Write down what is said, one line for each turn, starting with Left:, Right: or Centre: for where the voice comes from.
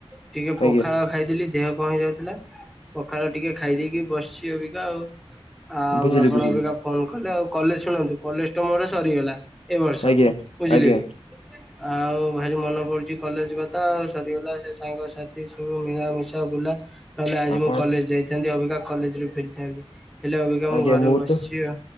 Centre: ଟିକେ ପଖାଳ
Left: ଆଜ୍ଞା
Centre: ଖାଇଦେଲି। ଦେହ କଣ ହେଇଯାଉଥିଲା। ପଖାଳ ଟିକେ ଖାଇଦେଇକି ବସିଛି ଅବିକା ଆଉ। ଆଉ
Left: ବୁଝିଲି
Centre: ଆପଣ
Left: ବୁଝିଲି
Centre: ଅଭିକା ଫୋନ କଲେ ଆଉ କଲେଜ ଶୁଣନ୍ତୁ କଲେଜ ମୋର ସରିଗଲା। ଏ ବର୍ଷ,
Left: ଆଜ୍ଞା
Centre: ବୁଝିଲେ
Left: ଆଜ୍ଞା
Centre: କି। ଆଉ ଭାରି ମନେ ପଡୁଚି, କଲେଜ କଥା ଆଉ ସରିଗଲା ସେ ସାଙ୍ଗସାଥି ସବୁ ମିଳାମିଶା ବୁଲା ନହଲେ ଆଜି
Left: ଆପଣ
Centre: ମୁଁ କଲେଜ ଯାଇଥାନ୍ତି। ଅବିକା କଲେଜ ରୁ ଫେରିଥାନ୍ତି, ହେଲେ ଅବିକା ମୁଁ
Left: ଆଜ୍ଞା
Centre: ଘରେ ବସିଚି
Left: ତ
Centre: ଆ।